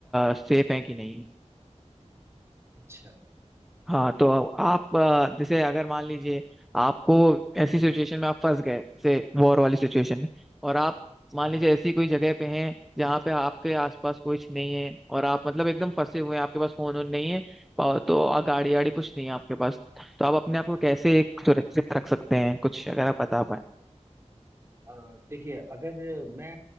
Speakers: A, in the centre; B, on the right (about 20°).
A: सेफ हैं कि नहीं
B: अच्छा
A: हाँ तो आप अ, जैसे अगर मान लीजिए आपको ऐसी सिचुएशन में आप फंस गए जैसे वॉर वाली सिचुएशन में और आप मान
B: हाँ
A: लीजिए
B: हाँ
A: ऐसी कोई जगह पे हैं जहाँ पे आपके आसपास कुछ नहीं है और आप मतलब एकदम फंसे हुए हैं आपके पास फोन वोन नहीं है और तो आ, गाड़ी वाड़ी कुछ नहीं है आपके पास तो आप अपने आप को कैसे एक सुरक्षित रख सकते हैं कुछ अगर आप बता
B: अ, देखिए अगर मैं